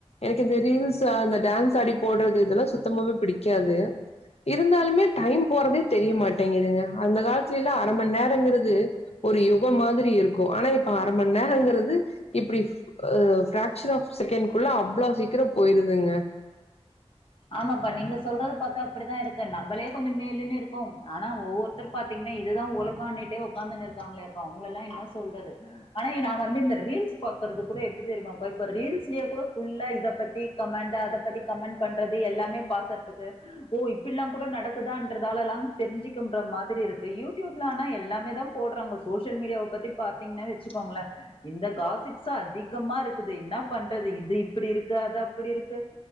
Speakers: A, on the left; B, on the left.
A: எனக்கு இந்த ரீல்ஸ் அந்த டான்ஸ் ஆடி போட்றது இதெல்லா சுத்தமாவே பிடிக்காது இருந்தாலுமே டைம் போறதே தெரியமாட்டேங்குதுங்க அந்த காலத்துலல்ல அர மண் நேரங்குறது ஒரு யுகம் மாத்ரி இருக்கு ஆனா இப்ப அர மண் நேரங்குறது இப்டி அஹ் பிராக்சர் ஆஃப் செகண்ட்குள்ள அவ்ளவு சீக்கிர போயிருதுங்க
B: ஆமாப்பா நீங்க சொல்றத பாத்தா அப்டிதா இருக்கு நம்ளே கொஞ்ச மேலுன்னுருக்கும் ஆனா ஒவ்வொருத்தரு பாத்தீங்னா இதுதா உலகானுட்டே உக்காந்துன்னு இருக்காங்களேப்பா அவ்ங்களல்லா என்னா சொல்றது ஆனா நா வந்து இந்த ரீல்ஸ் பாக்கறது கூட எப்டி தெரியுமாப்பா இப்ப ரீல்ஸ்லயே கூட ஃபுல்லா இத பத்தி கமண்டு அத பத்தி கமண் பண்றது எல்லாமே பாக்றதுக்கு ஓ இப்டில்லா கூட நடக்குதான்றதாலலாம் தெரிஞ்சுக்குன்ற மாத்ரி இருக்கு யூடியூப்லனா எல்லாமே தா போடுறாங்க சோசியல் மீடியாவ பத்தி பாத்தீங்ன்னா வச்சுக்கோங்களே இந்த காசிப்ஸ்ஸா அதிகமா இருக்குது என்ன பண்றது இது இப்டி இருக்கு அது அப்டி இருக்கு